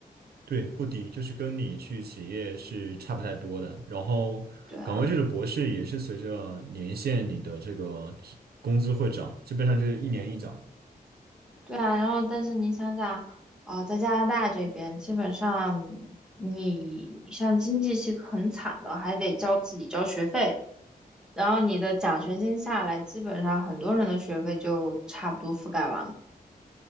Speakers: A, on the right (about 85°); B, in the centre.
A: 对，不低，就是跟你去企业是差不太多的。然后，
B: 对啊。
A: 岗位制的博士也是随着年限，你的这个工资会涨，基本上就是一年一涨
B: 对啊，然后但是你想想，哦，在加拿大这边，基本上你像经济系很惨的，还得交自己交学费，然后你的奖学金下来，基本上很多人的学费就差不多覆盖完了。